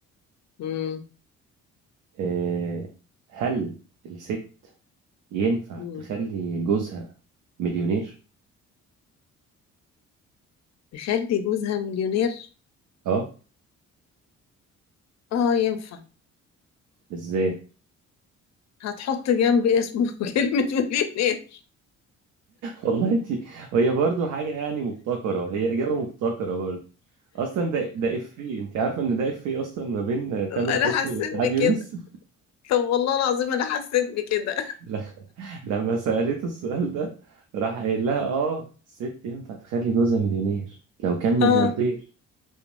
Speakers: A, on the left; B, on the right.
A: مم.
B: إيه هل الست ينفع
A: مم.
B: تخلي جوزها مليونير
A: تخلي جوزها مليونير؟
B: اه
A: اه ينفع
B: ازاي
A: هتحط جنب اسمه <laughs> كلمة مليونير
B: والله انت هي برضو حاجة يعني مبتكرة هي إجابة مبتكرة برضو أصلا ده ده إفيه انت عارفة إن ده إفيه أصلا ما بين تامر
A: انا
B: حسني
A: حسيت
B: وسعاد
A: بكده
B: يونس
A: طب والله العظيم انا حسيت بكده
B: <laughs> ل- لما سألته السؤال ده راح قايل لها آه الست ينفع تخلي جوزها مليونير لو كان ملياردير
A: اه